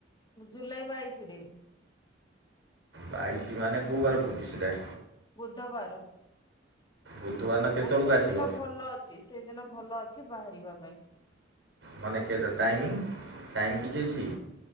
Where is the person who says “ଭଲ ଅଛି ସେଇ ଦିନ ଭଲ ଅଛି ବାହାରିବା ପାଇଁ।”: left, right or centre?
Left